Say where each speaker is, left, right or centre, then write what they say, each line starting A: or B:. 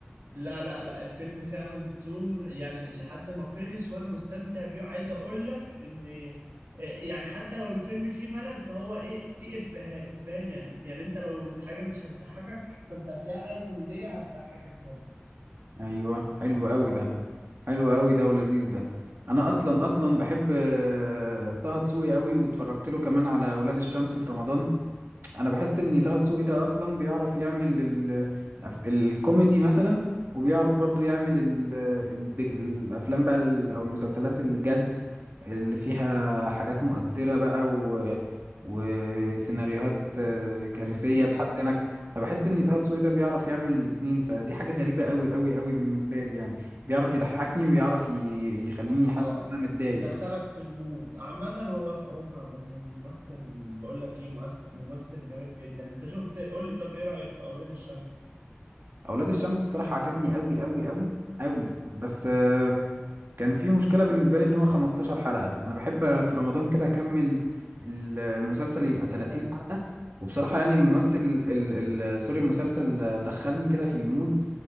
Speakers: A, on the right (about 80°); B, on the right (about 60°).
A: لا لا لا الفيلم فعلا طول يعني لحد ما خلص وانا مستمتع بيه عايز اقول لك ان آه، يعني حتى لو الفيلم فيه ملل فهو ايه فيه افيهات فاهم يعني يعني انت لو الحاجه مش هتضحكك فانت هتلاقي حاجه كوميديه هتضحكك برضه
B: ايوه حلو قوي ده حلو قوي ده ولذيذ ده انا اصلا اصلا بحب آه، طه دسوقي قوي واتفرجت له كمان على ولاد الشمس في رمضان انا بحس ان طه دسوقي ده اصلا بيعرف يعمل ال... الأف- الكوميدي مثلا وبيعرف برضو يعمل ال... البج... الافلام بقى ال- او المسلسلات الجد اللي فيها حاجات مؤثرة بقى و... وسيناريوهات آه، كارثية
A: م- م-
B: تحزنك فبحس
A: م.
B: ان طه دسوقي ده بيعرف يعمل الاتنين فدي حاجة غريبة قوي قوي قوي بالنسبة لي يعني بيعرف يضحكني ويعرف ي... يخليني حاسس
A: اه
B: ان انا متضايق
A: يدخلك في المود عامه هو فهو مه- م- م- ممثل بقول لك ايه مؤس- ممثل جامد جدا انت شفت قول لي طب ايه رايك في اولاد الشمس
B: اولاد الشمس الصراحة عجبني قوي قوي قوي قوي بس آه، كان في مشكلة بالنسبة لي ان هو 15 حلقة انا بحب في رمضان كده اكمل ال- المسلسل يبقى 30
A: ايوه
B: حلقة وبصراحة يعني الممثل ال- ال- سوري المسلسل دخلني كده في المود